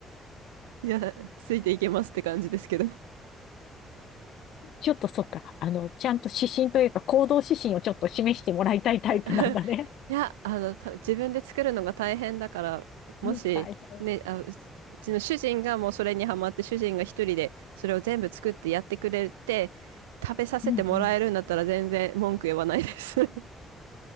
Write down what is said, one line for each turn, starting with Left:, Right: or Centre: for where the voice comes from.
Right: いや、ついていけますって感じですけど。
Left: ちょっとそっか、あの、ちゃんと指針というか行動指針をちょっと示してもらいたいタイプなんだね。
Right: <laughs> いや、あの、た自分で作るのが大変だから、
Left: <laughs>
Right: もし、
Left: うん大変。
Right: ね、あ、ううちの主人がもうそれにハマって、主人が一人でそれを全部作ってやってくれて、食べさせてもらえるんだったら全然文句言わないです。
Left: うんうん。